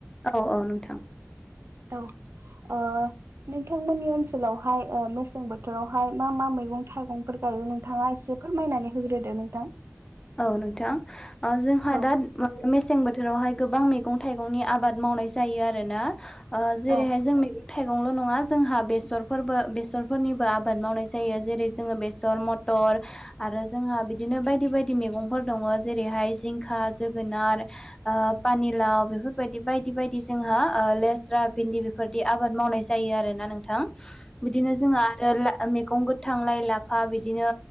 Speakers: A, on the left; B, on the right.
A: औ औ नोंथां।
B: औ ओ नोंथांमोननि ओनसोलावहाय ओ मेसें बोथोरावहाय मा मा मैगं थाइगंफोर गायो नोंथाङा एसेफ फोरमायनानै होग्रोदो नोंथां।
A: औ नोंथां ओ जोंहा
B: औ
A: दा मेसें बोथ थोरावहाय गोबां मैगं थाइगंनि आबाद मावनाय जायो आरोना ओ जेरैहाय
B: औ
A: जों मे थाइगंल' नङा जोंहा बेसरफोरबो बेसरफोरनिबो आबाद मावनाय जायो जेरै जोङो बेसर मथ थर आरो जोंहा बिदिनो बायदि बायद दि मैगंफोर दङ जेरैहाय जिंखा जोगोनार। ओ पानिलाव बेफोरबायदि बायदि बायदि जोंहा ओ लेस्रा भिन्दि बेफ फोरदि आबाद मावनाय जायो आरोना नोंथां।
B: <inaudible>
A: बिदिनो जोंहा आर लाो मैगं गोथ थांलाय लाफा बिदिनो